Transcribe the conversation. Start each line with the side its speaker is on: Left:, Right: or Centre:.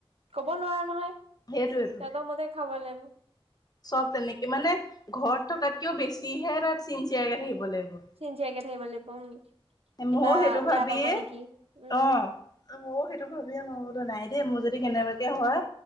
Right: ক'ব নোৱাৰা নহয়।
Left: সেইটোৱেটো।
Right: সিহঁতৰ মতে খাব লাগিব
Left: চ'ব তেনেকে মানে ঘৰত থকাতকেও বেছিহে তাত চিনচিয়াৰকে থাকিব লাগিব।
Right: চিনচিয়াৰকে থাকিব লাগিব, উম।
Left: এই
Right: কিবা
Left: মইও সেইটো
Right: বেয়া
Left: ভাবিয়ে
Right: পাব নেকি উম
Left: অ'। মইও সেইটো ভাবিয়ে মই বোলো নাই দেই মোৰ যদি কেনেবাকে হয়,